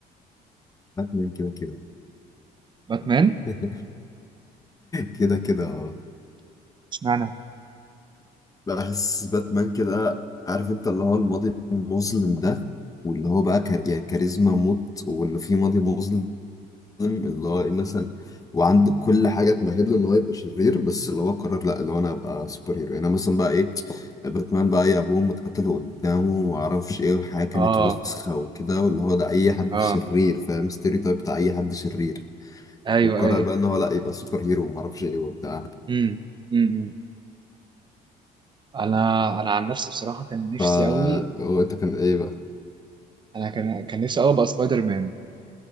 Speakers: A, on the left (about 20°); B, on the right (about 25°).
A: باتمان كده كده
B: باتمان
A: <laughs> كده كده اه
B: اشمعنى
A: بحس باتمان كده عارف انت اللي هو الماضي المظلم ده واللي هو بقى كار... يعني كاريزما موت وانه في ماضي مظلم اللي هو ايه مثلا وعنده كل حاجه تمهد له ان هو يبقى شرير بس اللي هو قرر لا اللي هو انا ابقى سوبر هيرو يعني أنا مثلا بقى ايه باتمان بقى ايه ابوه متقتل قدامه وما اعرفش ايه وحاجه كانت
B: اه
A: وسخه وكده واللي هو ده اي حد
B: اه
A: شرير فاهم ستيريو تايب بتاع اي حد شرير
B: ايوه
A: وقرر
B: ايوه
A: بقى ان هو لا يبقى سوبر هيرو وما اعرفش ايه وبتاع
B: امم امم انا انا عن نفسي بصراحه كان نفسي
A: فا
B: قوي
A: هو انت كان ايه بقى
B: انا كان كان نفسي قوي ابقى سبايدر مان